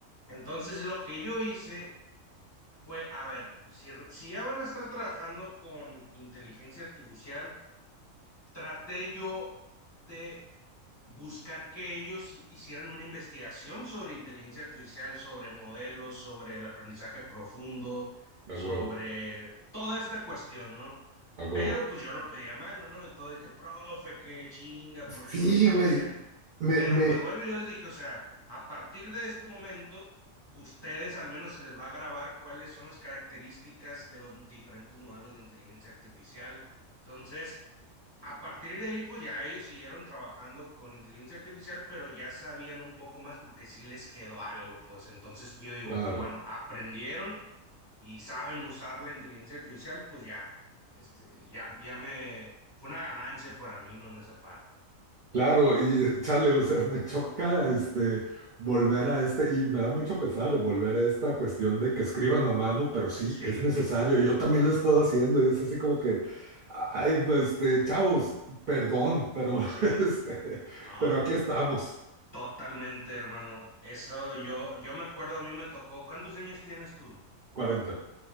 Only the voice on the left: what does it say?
entonces lo que yo hice fue, a ver, pues si, si ya van a estar trabajando con inteligencia artificial, traté yo de buscar que ellos hicieran una investigación sobre inteligencia artificial, sobre modelos, sobre el aprendizaje profundo,
sobre
toda esta cuestión, ¿no?
Pero pues yo lo pedí a mano, ¿no? Y todo de que, profe, qué chinga, ¿por qué
nos pone
a hacer esto?
Pero
pues bueno, yo les dije, o sea, a partir de este momento, ustedes al menos se les va a grabar cuáles son las características de los diferentes modelos de inteligencia artificial. Entonces, a partir de ahí, pues ya ellos siguieron trabajando con inteligencia artificial, pero ya sabían un poco más porque sí les quedó algo, pues entonces yo digo,
pues bueno, aprendieron y saben usar la inteligencia artificial, pues ya, este, ya, ya me, fue una ganancia para mí, ¿no? En esa parte.
<laughs>
Sí,
sí. No,
totalmente, hermano. Eso yo, yo me acuerdo, a mí me tocó. ¿Cuántos años tienes tú?